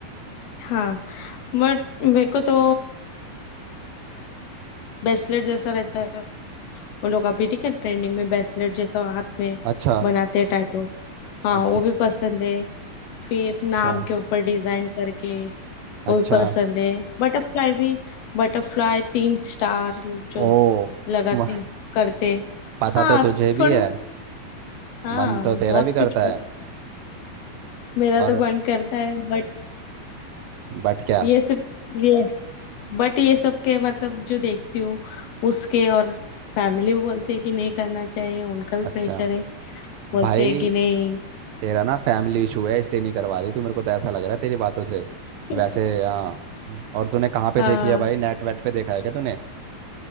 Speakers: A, on the left; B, on the right.
A: हाँ बट मेरे को तो बेसलेट जैसा रहता है वो लोग अभी ठीक है ट्रेंडिंग में ब्रेसलेट जैसा हाथ में
B: अच्छा
A: बनाते हैं टैटू हाँ
B: अच्छा
A: वो भी पसंद है फिर
B: अच्छा
A: नाम के ऊपर डिजाइन करके
B: अच्छा
A: वो भी पसंद है बटरफ्लाई भी बटरफ्लाई तीन स्टार जो
B: ओ
A: लगाते
B: म-
A: हैं, करते हैं।
B: पता
A: हाँ
B: तो तुझे भी
A: थोड़े
B: है
A: हाँ
B: मन तो तेरा
A: बहुत
B: भी
A: कुछ
B: करता
A: पत-
B: है
A: मेरा
B: और
A: तो मन करता है बट
B: बट क्या
A: ये सब ये बट ये सब के मतलब जो देखती हूँ उसके और फैमिली बोलते हैं कि नहीं करना चाहिए उनका भी
B: अच्छा
A: प्रेशर है बोलते
B: भाई
A: हैं कि नहीं
B: तेरा ना फैमिली इशू है इसलिए नहीं करवा रही तू मेरे को तो ऐसा लग रहा है तेरी बातों से
A: <laughs>
B: वैसे हाँ और तूने कहाँ पे
A: आ,
B: देख लिया भाई नेट वेट पे देखा है क्या तूने